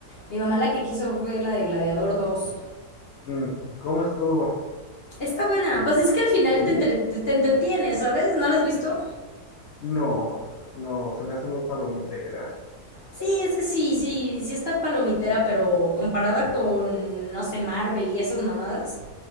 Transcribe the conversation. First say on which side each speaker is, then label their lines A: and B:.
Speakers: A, on the left (about 50°); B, on the left (about 80°).
A: Mi mamá la que quiso fue la de Gladiador dos
B: Mm, ¿cómo estuvo?
A: Está buena, pues es que al final
B: ¿Sí?
A: te, entre- te entretiene, ¿sabes? ¿No la has visto?
B: No, no, se me hace muy palomitera.
A: Sí, es que sí, sí, sí está palomitera, pero comparada con, no sé, Marvel y esas mamadas,